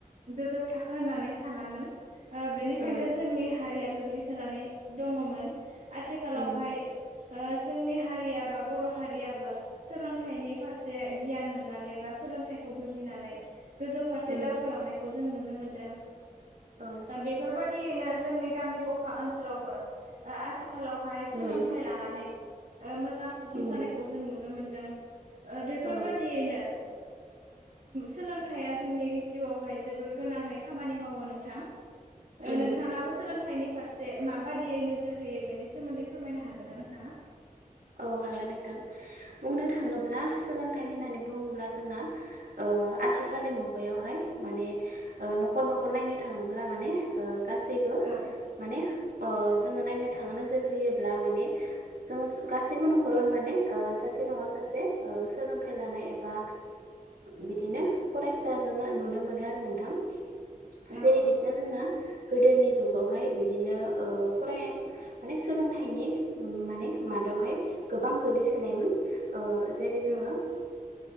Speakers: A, on the right; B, on the right.
A: गोजौ थाखो होननानै सानामोन ओ बेनिखायनो
B: उम
A: जोंनि हारिया। गोग्लैसोनानै दंङमोन आथिखालावहाय।
B: उम
A: ओ जोंनि हारिया बा बर हारियाबो सोलोंथाइनि फारसे गियान मोननानै बा सोलोंथाइखौ बुजिनानै। गोजौ फारसे
B: उम
A: दावखोलांनायखौ जों नुनो मोनदों
B: औ
A: दा बेफोरबायदि। बायदियैनो जोंनि गामि गफा ओनसोलावबो आथिखालावहाय
B: उम
A: सोलोंथाइ लानानै मोजां सुबुं
B: उम
A: जानायखौ जों नुनो मोनदों बेफोर
B: औ
A: बायदियैनो। सोलोंथाइया जोंनि जिउआवहाय जोबोर गोनाङै। खामानि मावो नोंथां
B: उम
A: नोंथाङाबो सोलोंथाइनि फारसे माबादियै नोजोर होयो बेनि सोमोन्दै फोरमायनो हागोनना नोंथाङा।
B: औ हागोन नोंथां बुंनो थाङोब्ला सोलोंथाइ होननानै बुङोब्ला जोंना औ। आथिखालनि मुगायावहाय माने। न'खर न'खर नायनो थाङोब्ला माने गासैबो
A: औ
B: माने। जोङो नायनो थाङो नोजोर होयोब्ला माने जोङो। गासैबो न'खराव माने सासे न'आव सासे सोलोंथाइ लानाय एबा बिदिनो फरायसाजों नुनो मोनो आरो नोंथां
A: औ
B: जेरै
A: औ
B: बिसना जोंना गोदोनि जुगावहाय बिदिनो फराय माने सोलोंथाइनि माने मादावहाय गोबां गोलैसोनायमोन जेरै जोङो
A: औ